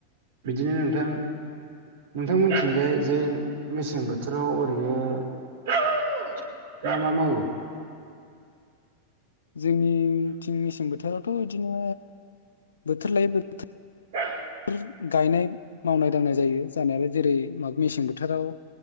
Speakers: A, on the right (about 55°); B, on the left (about 70°).
A: बिदिनो नोंथां नोंथांमोनथिंजाय जे मेसें बोथोराव ओरैनो मा मा मावो
B: जोंनि थिं मेसें बोथोरावथ' बिदिनो बोथोर लायै बोथोर
A: द <inaudible>
B: बेफोर गायनाय मावनाय दांनाय जायो जानायालाय जेरै मा मेसें बोथोराव